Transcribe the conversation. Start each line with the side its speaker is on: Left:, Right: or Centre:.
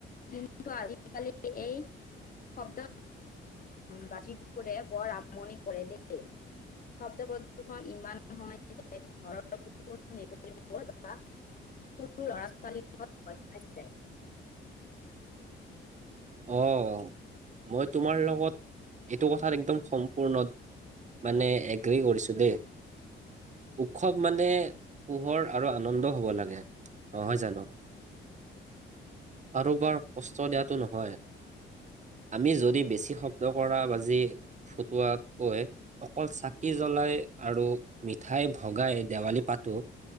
Left: <unintelligible> কিন্তু আজিকালি এই শব্দ বচিবৰে বৰ আমনি কৰে দেই। শব্দ প্ৰদূ্ষন ইমান হয় যে ঘৰৰ কুকুৰ, মেকুৰিবোৰ বা সৰু ল'ৰা ছোৱালীবোৰে ভয় খাই যায়।
Right: অ' মই তোমাৰ লগত এইটো কথাত একদম সম্পূৰ্ণ মানে এগ্ৰী কৰিছো দেই, উৎসৱ মানে পোহৰ আৰু আনন্দ হ'ব লাগে। নহয় জানো, কাৰোবাক কষ্ট দিয়াটো নহয়। আমি যদি বেছি শব্দকৰা বাজি ফুটোৱাতকৈ অকল চাকি জ্বলাই আৰু মিঠাই ভগাই দেৱালী পাতোঁ